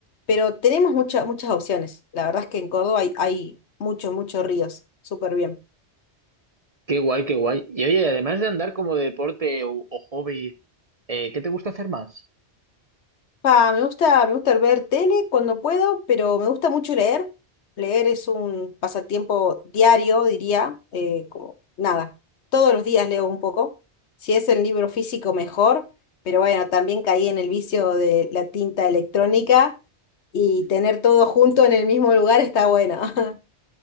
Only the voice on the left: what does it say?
pero tenemos mucha- muchas opciones. La verdad es que en Córdoba hay, hay muchos, muchos ríos. Súper bien.
Pa, me gusta, me gusta ver tele cuando puedo, pero me gusta mucho leer. Leer es un pasatiempo diario, diría, eh, como nada. Todos los días leo un poco. Si es el libro físico, mejor. Pero bueno, también caí en el vicio de la tinta electrónica y tener todo junto en el mismo lugar está bueno. <laughs>